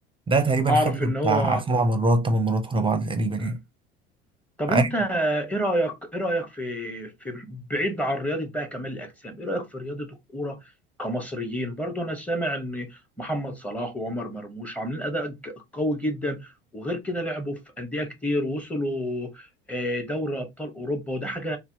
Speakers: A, on the right (about 15°); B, in the centre.
A: ده تقريبا
B: أعرف
A: خدها
B: إن
A: بتاع
B: هو
A: سبع مرات ثمان مرات ورا بعض تقريبا يعني
B: مم. طب
A: عارف
B: انت ايه رايك ايه رايك في في بعيد عن رياضه بقى كمال الاجسام ايه رايك في رياضه الكوره كمصريين برضو انا سامع ان محمد صلاح وعمر مرموش عاملين اداء ج- قوي جدا وغير كده لعبوا في انديه كتير ووصلوا آه، دوري ابطال اوروبا وده حاجه